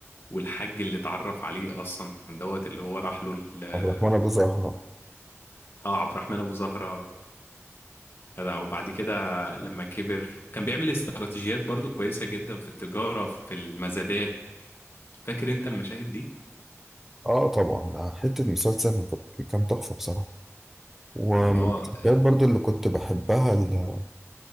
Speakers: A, on the left; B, in the centre.
A: والحاج اللي اتعرف عليه أصلا دوت اللي هو راح له ال-
B: عبد الرحمن ابو زهرة
A: اه عبد الرحمن أبو زهرة جدع وبعد كده لما كبر كان بيعمل استراتيجيات برضو كويسة جدا في التجارة في المزادات فاكر انت المشاهد دي؟
B: اه طبعا ده حتة مسلسل كان كان تحفة بصراحة ومن
A: اه
B: الحاجات برضو اللي كنت بحبها ل-